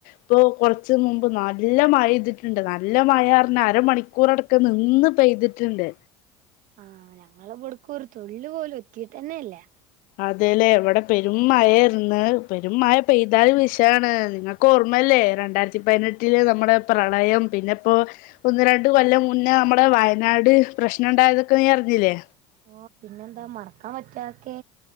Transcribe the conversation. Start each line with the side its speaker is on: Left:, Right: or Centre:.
Left: ഇപ്പൊ കൊർച്ച് മുമ്പ് നല്ല മഴെയ്തിട്ട് ണ്ട് നല്ല. നല്ല മഴറിഞ്ഞ അരമണിക്കൂറടക്കം നിന്ന് പെയ്തിട്ട്ണ്ട്.
Right: ആ ഞങ്ങളെബ്ട്ക്കൊരു തുള്ളി പോലും എത്തീട്ടെന്നെ ല്ല.
Left: അതെലെ വിടെ പെരും മഴേന്ന് പെരും മഴ പെയ്താലും വി ണ് അൻക്കോർമ്മല്ലേ രണ്ടായിരത്തി പതിനെട്ടില് നമ്മുടെ പ്രളയം പിന്നെ ഇപ്പോ ഒന്ന് രണ്ട് രണ്ട് കൊല്ലം മുന്നേ നമ്മുടെ വയനാട് പ്രശ്നം ഉണ്ടായതൊക്കെ നീ അറിഞ്ഞില്ലേ.
Right: ഓ പിന്നെന്താ മറക്കാൻ പറ്റൊ അഒക്കെ